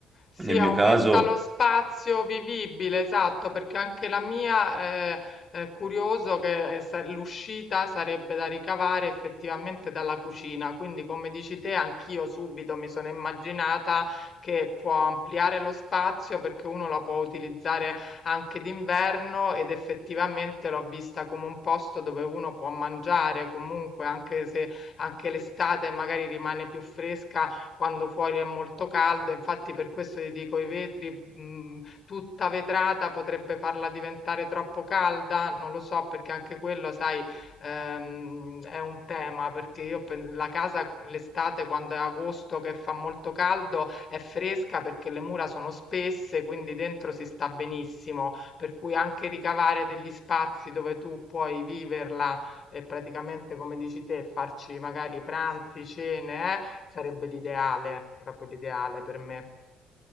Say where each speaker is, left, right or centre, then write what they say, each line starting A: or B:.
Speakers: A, on the left; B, on the right.
A: Sì,
B: Nel mio
A: aumenta
B: caso.
A: lo spazio vivibile, esatto, perché anche la mia eh, è curioso che eh, sa- l'uscita sarebbe da ricavare effettivamente dalla cucina, quindi come dici te, anch'io subito mi sono immaginata che può ampliare lo spazio perché uno la può utilizzare anche d'inverno ed effettivamente l'ho vista come un posto dove uno può mangiare comunque, anche se anche l'estate magari rimane più fresca quando fuori è molto caldo, infatti per questo ti dico i vetri, mh, tutta vetrata potrebbe farla diventare troppo calda, non lo so perché anche quello, sai, ehm, è un tema, perché io pen- la casa l'estate quando è agosto che fa molto caldo è fresca perché le mura sono spesse, quindi dentro si sta benissimo, per cui anche ricavare degli spazi dove tu puoi viverla e praticamente come dici te farci magari pranzi, cene, eh, Sarebbe l'ideale, proprio l'ideale per me.